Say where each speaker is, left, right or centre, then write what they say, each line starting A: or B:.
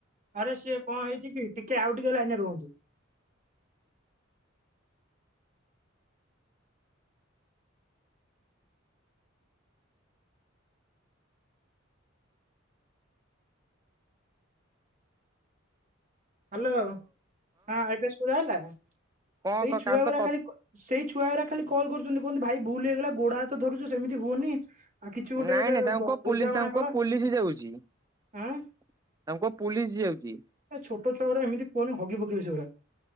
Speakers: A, on the right (about 40°); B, on the right (about 15°).
A: ଆରେ ସିଏ କଣ ହେଇଛି କି, ଟିକେ ଆଉ ଟିକେ ଲାଇନ ରୁହନ୍ତୁ। ହ୍ୟାଲୋ, ହଁ, ଏବେ ସୁଭା ହେଲା।
B: କଣ
A: ସେଇ
B: କ
A: ଛୁଆ
B: କାହା ସହିତ
A: ଗୁଡା
B: କ
A: ଖାଲି, ସେଇ ଛୁଆ ଗୁଡା ଖାଲି କଲ୍ କରୁଛନ୍ତି। କୁହୁଛନ୍ତି ଭାଇ ଭୁଲ ହେଇଗଲା ଗୋଡା ହାତ ଧରୁଛୁ ସେମିତି ହୁଅନି। ଆଉ କିଛି ଗୋଟେ
B: ନାଇଁ
A: ଗୋଟେ
B: ନାଇଁ ତାଙ୍କୁ କହ,
A: ବୁଝାମଣା
B: ପୋଲିସ ତାଙ୍କୁ
A: କର
B: ପୋଲିସ ଯାଉଛି। ତାଙ୍କ
A: ଆଁ
B: କ ପୋଲିସ ଯାଉଛି।
A: ଏ ଛୋଟ ଛୁଆ ଗୁଡା ଏମିତି କୁହନି, ହଗି ପକେଇବେ ସେଇଗୁଡା।